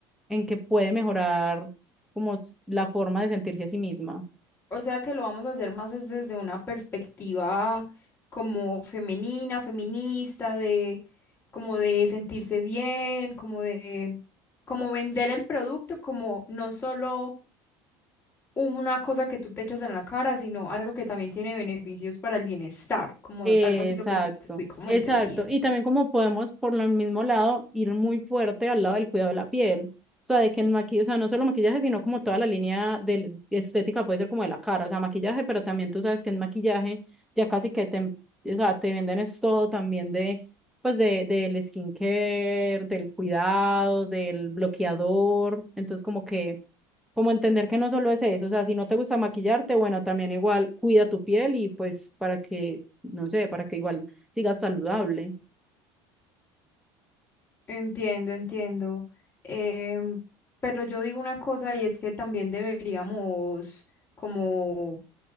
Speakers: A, in the centre; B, on the left.
A: en que puede mejorar como la forma de sentirse a sí misma.
B: O sea que lo vamos a hacer más es desde una perspectiva como femenina, feminista, de como de sentirse bien, como de como vender el producto como no solo una cosa que tú te echas en la cara, sino algo que también tiene beneficios para el bienestar, como
A: Exacto,
B: algo así lo que se- te estoy como
A: exacto.
B: entendiendo.
A: Y también como podemos por el mismo lado ir muy fuerte al lado del cuidado de la piel. O sea, de que el maquillaje, o sea, no solo maquillaje, sino como toda la línea de estética puede ser como de la cara, o sea, maquillaje, pero también tú sabes que en maquillaje ya casi que te, o sea, te venden es todo también de, pues de, del skincare, del cuidado, del bloqueador. Entonces como que como entender que no solo es eso, o sea, si no te gusta maquillarte, bueno, también igual cuida tu piel y pues para que no sé, para que igual sigas saludable
B: Entiendo, entiendo. Em, pero yo digo una cosa y es que también deberíamos como